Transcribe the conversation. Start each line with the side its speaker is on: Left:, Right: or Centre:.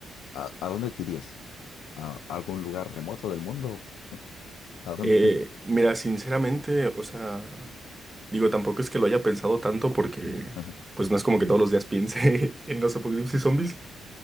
Left: ¿a, a dónde te irías? ¿A algún lugar remoto del mundo? ¿A dónde?
Right: Eh, mira, sinceramente, o sea, digo, tampoco es que lo haya pensado tanto porque,
Left: <laughs>
Right: pues no es como que todos los días piense <laughs> en los apocalipsis zombies.